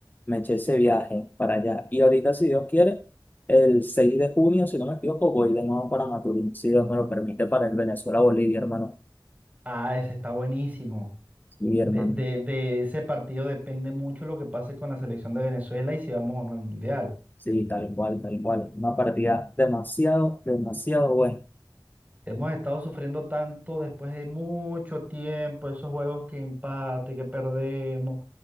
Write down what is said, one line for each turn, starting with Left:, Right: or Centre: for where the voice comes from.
Left: Me eché ese viaje para allá. Y ahorita, si Dios quiere, el 6 de junio, si no me equivoco, voy de nuevo para Maturín, si Dios me lo permite, para el Venezuela-Bolivia, hermano.
Right: Ah, ese está buenísimo.
Left: Sí, hermano.
Right: De, de, de ese partido depende mucho lo que pase con la selección de Venezuela y si vamos o no al mundial.
Left: Sí, tal cual, tal cual. Una partida demasiado, demasiado buena.
Right: Hemos estado sufriendo tanto después de mucho tiempo, esos juegos que empate, que perdemos,